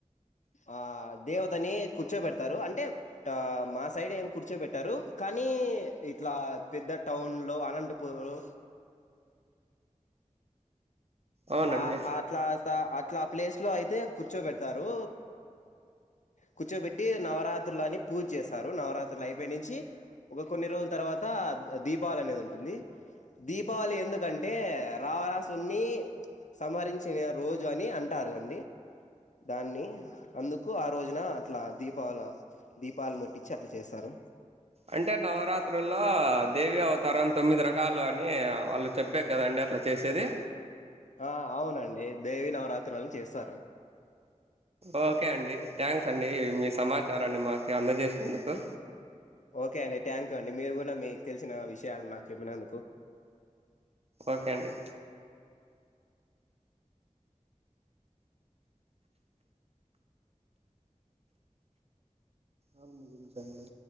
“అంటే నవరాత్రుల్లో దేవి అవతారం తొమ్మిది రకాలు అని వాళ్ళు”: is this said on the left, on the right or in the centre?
Right